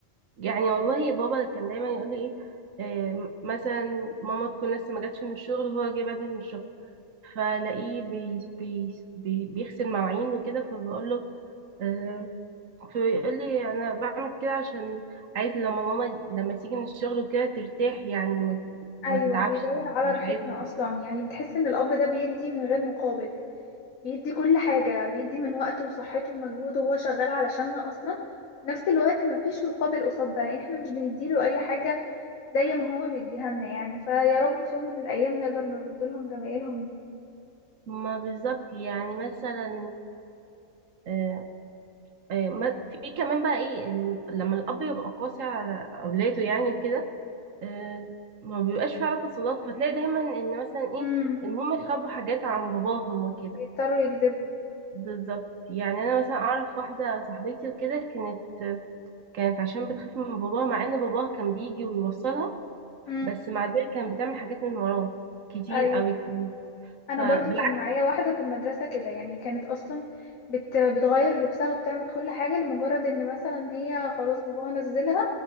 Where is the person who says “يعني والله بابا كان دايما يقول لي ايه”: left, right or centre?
Right